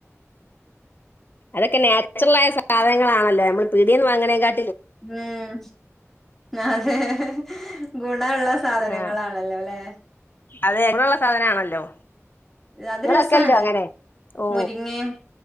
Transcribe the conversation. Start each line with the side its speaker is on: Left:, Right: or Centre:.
Left: അതൊക്കെ നാച്ചുറൽ ആയ സാധനങ്ങളാണല്ലോ നമ്മള് പിടിയേന്ന് വാങ്ങണേക്കാ
Centre: ഉം അതെ ഗുണ ഉള്ള സാധനങ്ങളാണല്ലോ
Left: ആ
Centre: അല്ലെ
Left: അതെ ഗുണള്ള സാധനാണല്ലോ
Centre: അത്
Left: ഇങ്ങള്
Centre: രസാണ്
Left: വെക്കലുണ്ടോ അങ്ങനെ ഓ
Centre: മുരിങ്ങേം